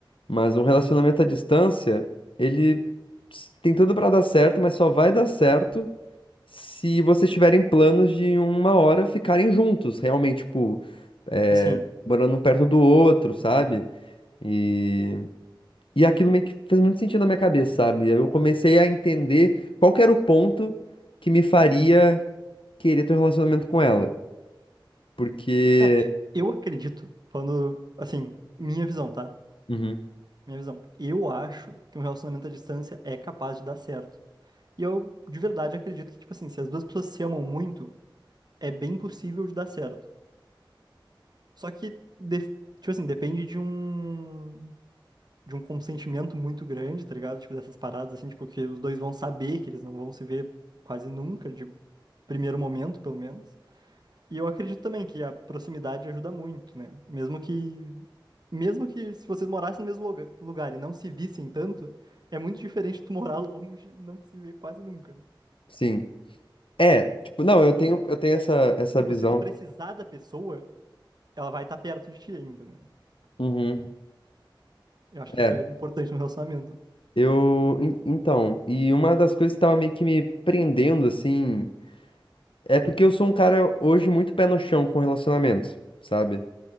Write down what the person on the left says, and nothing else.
Mas um relacionamento à distância, ele s- tem tudo pra dar certo, mas só vai dar certo se vocês tiverem planos de uma hora ficarem juntos, realmente, tipo, é,
morando um perto do outro, sabe? E, e aquilo meio que fez muito sentido na minha cabeça, sabe? Eu comecei a entender qual que era o ponto que me faria querer ter um relacionamento com ela. Porque.
Uhum,
sim. É, tipo, não, eu
tenho,
eu tenho essa, essa
visão.
Uhum.
É,
eu. en- Então, e uma das coisas que tava meio que me prendendo, assim, é porque eu sou um cara hoje muito pé no chão com relacionamentos, sabe?